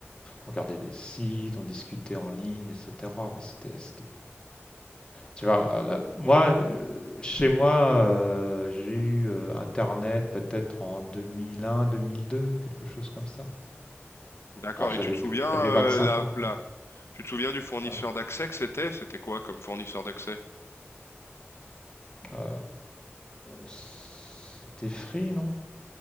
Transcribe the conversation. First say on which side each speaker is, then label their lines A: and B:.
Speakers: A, on the left; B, on the left.
A: regardait des sites, on discutait en ligne, etc. Mais c'était, c'était- tu vois, là- moi, euh, chez moi, euh, j'ai eu euh, Internet peut-être en 2001, 2002, quelque chose comme ça.
B: D'accord.
A: Oh, j'avais
B: Et tu te
A: plus,
B: souviens,
A: j'avais
B: euh,
A: 25
B: la,
A: ans,
B: la-
A: quoi.
B: tu te souviens du fournisseur
A: Ouais.
B: d'accès que c'était? C'était quoi comme fournisseur d'accès?
A: Euh, c'était free, non?